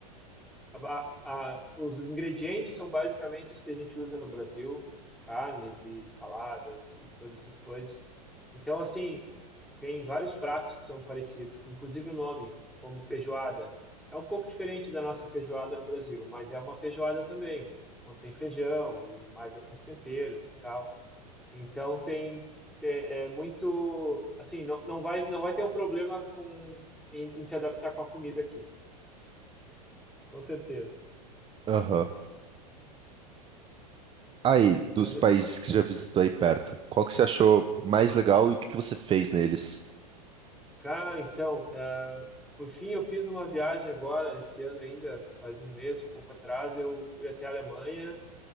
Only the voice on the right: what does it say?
Aham. Aí,
dos países que você já visitou aí perto, qual que você achou mais legal e o que que você fez neles?